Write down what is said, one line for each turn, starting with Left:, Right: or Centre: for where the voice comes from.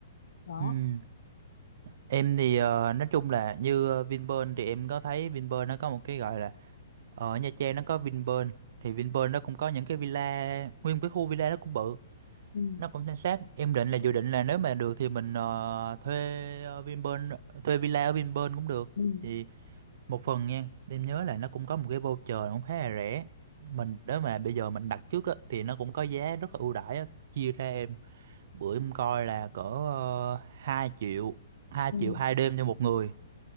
Left: đó
Right: ừ Em thì ờ, nói chung là như ờ, Vinpearl thì em có thấy Vinpearl nó có một cái gọi là ờ, ở Nha Trang nó có Vinpearl thì Vinpearl nó cũng có những cái villa nguyên một cái khu villa nó cũng bự
Left: ừ
Right: nó cũng san sát em định là dự định là nếu mà được thì mình ờ, thuê ờ, Vinpearl thuê villa ở Vinpearl cũng được
Left: ừ
Right: thì một phần nha em nhớ là nó cũng có một cái voucher cũng khá là rẻ mình nếu mà bây giờ mình đặt trước á, thì nó cũng có giá rất là ưu đãi á. chia ra em bữa em coi là cỡ uh, 2 triệu hai
Left: ừ
Right: triệu hai đêm cho một người